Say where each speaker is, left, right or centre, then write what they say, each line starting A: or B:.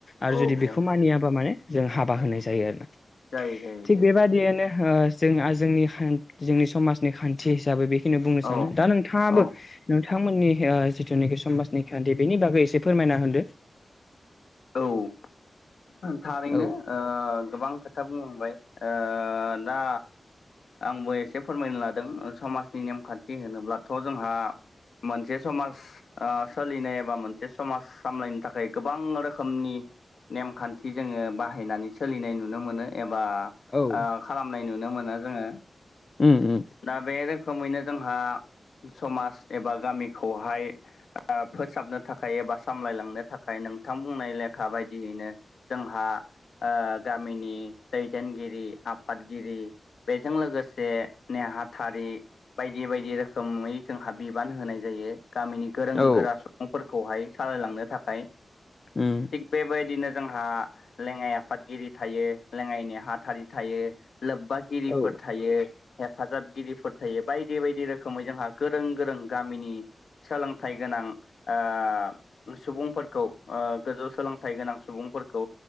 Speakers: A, on the left; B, on the left.
A: आरो
B: औ
A: जुदि बेखौ
B: औ
A: मानियाबा माने जों हाबा होनाय जायो आरो
B: जायो जायो
A: थिग
B: जायो
A: बेबादियैनो ओ जोंहा जोंनि खान जोंनि समाजनि खान्थि हिसाबै बेखोनि बुंनो सानो
B: औ
A: दा नोंथाङाबो
B: औ
A: नोंथांमोननि ओ जिथुनाखि समाजनि खान्थि बेनि बागै एसे फोरमायना होदो।
B: औ थारैनो
A: औ
B: ओ गोबां खोथा बुंलांबाय ओ दा आंबो एसे फोरमायनो लादों समाजनि नेमखान्थि होनोब्लाथ' जोंहा मोनसे समाज ओ सोलिनाय एबा मोनसे समाज सामलायनो थाखाय गोबां रोखोमनि नेमखान्थि जोङो बाहायनानै सोलिनाय नुनो मोनो एबा ओ
A: औ
B: खालामनाय नुनो मोनो जोङो।
A: उम उम
B: दा बे रोखोमैनो जोंहा समाज एबा गामिखौहाय बा फोसाबनो थाखाय एबा सामलायलांनो थाखाय नोंथां बुंनाय लेखा बाय दियैनो जोंहा ओ गामिनि दैदेनगिरि आफादगिरि बेजों लोगोसे नेहाथारि बायदि बायदि रोखोमै जोंहा बिबान होनाय जायो गामिनि गोरों
A: औ
B: गोरा सुबुंफोरखौहाय सालायलांनो थाखाय
A: उम
B: थिग बेबायदिनो जोंहा लेङाइ आफादगिरि थायो लेङाइ नेहाथारि थायो लोबबागिरिफोर
A: औ
B: थायो। हेफाजाबगिरिफोर थायो बायदि बायदि रोखोमै जोंहा गोरों गोरों गामिनि सोलोंथाइ गोनां ओ सुबुंफोरखौ ओ गोजौ सोलों थाइ गोनां सुबुंफोर खौ